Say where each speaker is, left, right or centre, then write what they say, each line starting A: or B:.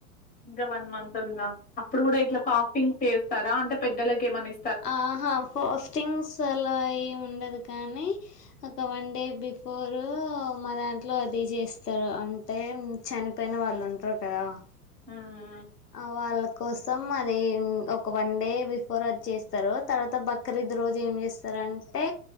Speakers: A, on the left; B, on the left.
A: ఇంకా వన్ మంత్ ఉందా అప్పుడు కూడా ఇట్లా ఫాస్టింగ్ చేస్తారా అంటే పెద్దలకి ఏమన్న ఇ
B: ఆహా ఫోస్టింగ్స్ అలా ఏమి ఉండదు కానీ ఒక వన్ డే బిఫోరు మా దాంట్లో అది చేస్తారు అంటే చనిపోయిన వాళ్ళు ఉంటారు కదా
A: ఊమ్
B: ఆ వాళ్ళ కోసం అది ఒక వన్ డే బిఫోర్ అది చేస్తారు, తర్వాత బక్రీద్ రో. జు ఏం చేస్తారంటే